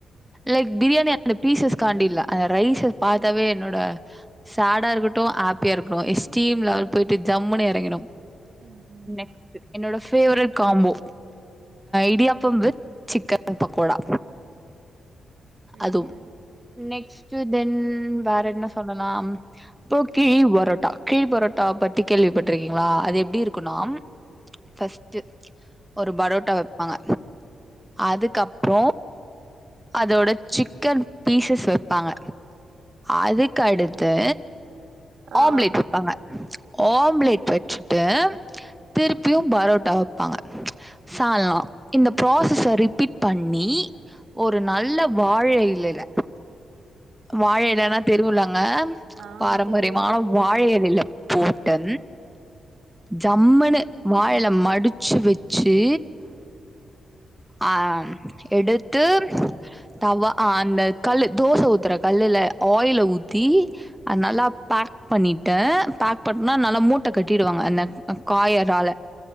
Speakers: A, in the centre; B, on the right (about 75°).
A: லைக் பிரியாணி அந்த பீசஸ் காண்டி இல்ல அந்த ரைஸ பாத்தாவே என்னோட சேடா இருக்கட்டு ஹேப்பியா இருக்கு ஸ் ஸ்டீம் லெவல் போயிட்டு ஜம்முனு எறங்கினு
B: ம்ஹும்
A: நெக்ஸ்ட்டு என்னோட favourite combo idiyappam with chicken pakoda
B: ம்ஹும்
A: அதும் நெக்ஸ்ட் தென் வேற என்ன சொல்லலாம் இப்போ கிழி பரோட்டா கிழி பரோட்டா பத்தி கேள்விப்பட்ருக்கிங்ளா அது எப்டி இருக்குனா ஃபஸ்ட்டு ஒரு பரோட்டா வெப்பாங்க அதுக்கப்ற அதோட சிக்கன் பீசஸ் வெப்பாங்க அதுக்கடுத்து
B: ஆ
A: ஆம்லேட் வெப்பாங்க ஆம்லேட் வெச்சுட்டு திருப்பியு பரோட்டா வெப்பாங்க சால்னா இந்த ப்ராசஸ ரிபீட் பண்ணி ஒரு நல்ல வாழ இலைல வாழ இலைனா தெரியுல்லங்க
B: ஆ
A: பாரம்பரியமான
B: தெரியு தெரியு
A: வாழை இலைல போட்டு ஜம்முனு வாழைல மடிச் சி வெச்சு அ எடுத்து தவா அந்த கல்லு தோச ஊத் தற கல்லுல ஆயில ஊத்தி அத நல்லா பேக் பண்ணிட்டு பேக் பண்னா நல்லா மூட்ட கட்டிடுவாங்க அந்த காயறால